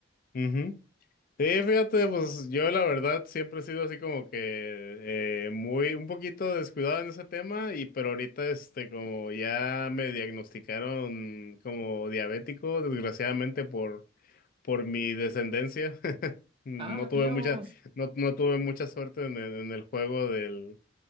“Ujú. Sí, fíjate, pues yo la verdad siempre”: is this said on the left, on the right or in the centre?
Left